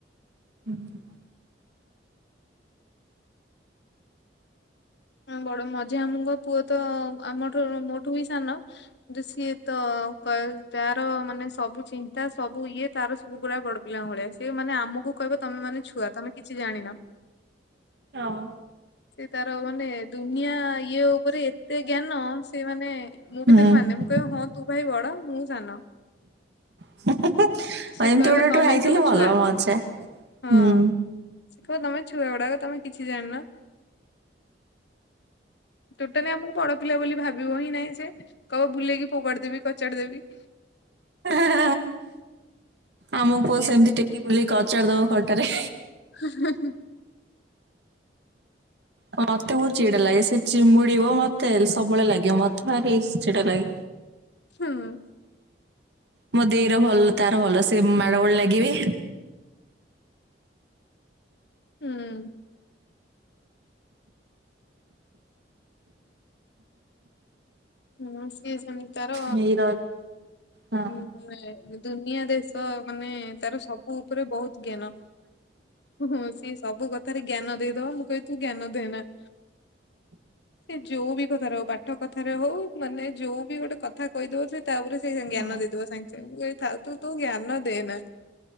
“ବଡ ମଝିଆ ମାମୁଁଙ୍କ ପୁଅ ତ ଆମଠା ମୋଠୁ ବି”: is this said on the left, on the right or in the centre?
Left